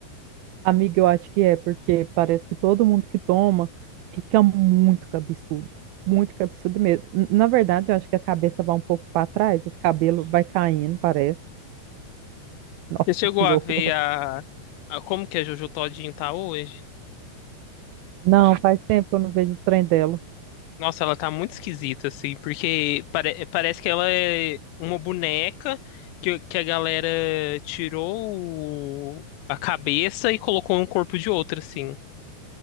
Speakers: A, on the right (about 80°); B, on the left (about 85°).
A: Amiga, eu acho que é, porque parece que todo mundo que toma fica muito cabeçudo. Muito cabeçudo mesmo. N- Na verdade, eu acho que a cabeça vai um pouco para trás, os cabelos vai caindo, parece. <laughs> Nossa,
B: Você chegou
A: que
B: a
A: horror.
B: ver a, a como que a Jojo Todinho tá hoje?
A: Não, faz tempo que eu não vejo o trem dela.
B: Nossa, ela tá muito esquisita, assim, porque pare- parece que ela é uma boneca que, que a galera tirou o- a cabeça e colocou no corpo de outra, assim.